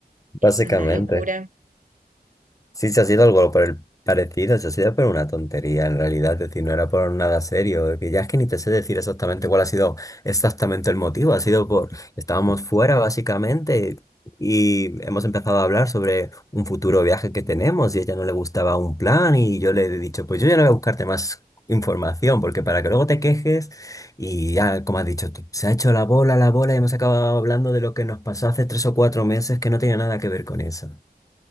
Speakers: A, on the left; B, on the right.
A: básicamente.
B: es una locura.
A: Sí, se ha sido algo por el parecido, se ha sido por una tontería en realidad, es decir, no era por nada serio, es que ya es que ni te sé decir exactamente cuál ha sido exactamente el motivo, ha sido por, estábamos fuera básicamente y hemos empezado a hablar sobre un futuro viaje que tenemos y a ella no le gustaba un plan y yo le he dicho, pues yo ya no voy a buscarte más información, porque para que luego te quejes y ya, como has dicho, tú, se ha hecho la bola, la bola y hemos acabado hablando de lo que nos pasó hace tres o cuatro meses que no tenía nada que ver con eso.